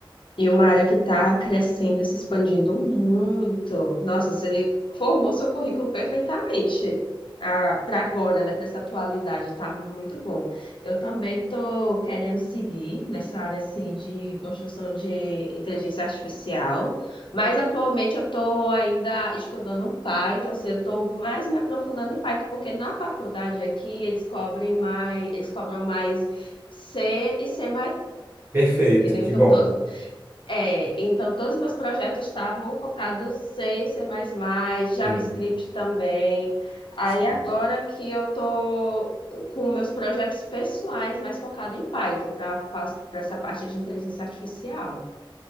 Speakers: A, on the left; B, on the right.
A: E uma área que está crescendo, se expandindo muito. Nossa, você formou seu currículo perfeitamente. para agora, né? Para essa atualidade, tá muito bom. Eu também estou querendo seguir nessa área assim de construção de inteligência artificial, mas atualmente eu estou ainda estudando Python, assim, eu estou mais me aprofundando em Python, porque na faculdade aqui eles cobrem mais, eles cobram mais C e C++.
B: Perfeito,
A: Entendeu?
B: que
A: Então,
B: bom.
A: todo é, então todos os meus projetos estavam focados em C++, JavaScript
B: Sim,
A: também. Aí
B: sim.
A: agora que eu tô com meus projetos pessoais mais focado em Python para para essa parte de inteligência artificial.